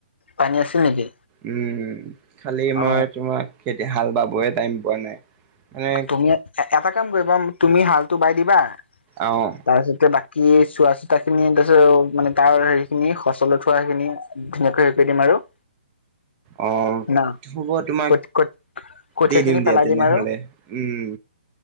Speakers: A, on the left; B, on the right.
A: পানী আছে নেকি?
B: উম, খালি
A: অ
B: মই তোমাক হাল বাবয় টাইম পোৱা নাই! মানে
A: তুমি এটা কাম কৰিবা তুমি হালটো বাই দিবা।
B: অ'।
A: তাৰপিছতে বাকী চোৱা চিতা খিনি তাৰপিছত মানে তাৰ হেৰি খিনি খোচলে উঠোৱা খিনি ধুনীয়াকে দি দিম আৰু।
B: অ,
A: ন
B: হ'ব তোমাক
A: কঠ কঠ কঠীয়া
B: দি দিম
A: খিনি
B: দিয়া,
A: পেলাই
B: তেনেহলে।
A: আৰু
B: উম।